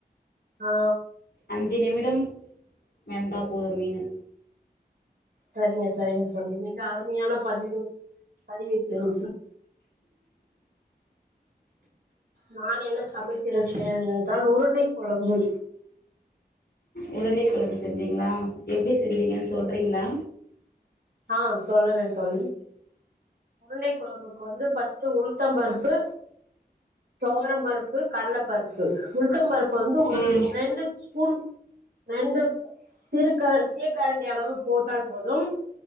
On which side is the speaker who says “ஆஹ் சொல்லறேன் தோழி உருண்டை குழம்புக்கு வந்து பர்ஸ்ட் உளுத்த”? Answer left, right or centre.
Right